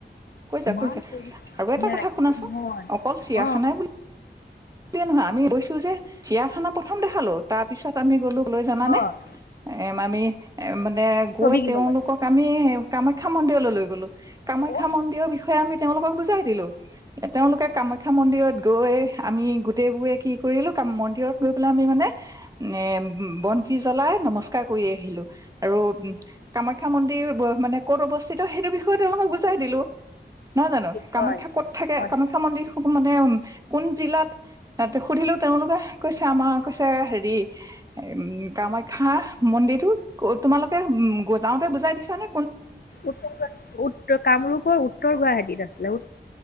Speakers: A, on the right; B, on the left.
A: যা
B: ইমান
A: কৈ যা
B: পৰি
A: আৰু
B: ধুনীয়া
A: এটা কথা
B: ৰাখিছে
A: শুনাচোন
B: নহয়
A: অকল চিয়াখানাই
B: অঁ
A: বুলি সে নহয় আমি কৈছো যে চিয়াখানা প্ৰথম দেখিলো তাৰ পিছত আমি গলো জানানে
B: হয়
A: এ আমি এ মানে গৈ
B: ছবিগৃহলৈ
A: তেওঁলোকক আমি কামাখ্যা মন্দিৰলৈ লৈ গ'লো কামাখ্যা
B: অঁ
A: মন্দিৰৰ বিষয়ে আমি তেওঁলোকক বুজাই দিলো তেওঁলোকে কামাখ্যা মন্দিৰত গৈ আমি গোটেই বোৰে কি কৰিলো ক মন্দিৰত গৈ পেলাই আমি মানে এ বন্তি জ্বলাই নমস্কাৰ কৰি আহিলো আৰু কামাখ্যা মন্দিৰ মানে ক'ত অৱস্থিত সেইটো বিষয়ে তেওঁলোকক বুজাই দিলো নহয় জানো কামাখ্যা
B: হয়
A: কত থাকে
B: হয়
A: কামাখ্যা মন্দিৰ মানে উ কোন জিলাত সুধিলো তেওঁলোকে কৈছে আমাৰ কৈছে হেৰি ম কামাখ্যা মন্দিৰটো তোমালোকে উ যাওঁতে বুজাই দিছা নে
B: উত্তৰ গাহ উতৰ কামৰূপৰ উত্তৰ গুৱাহাটীত আছে হেল্লৌ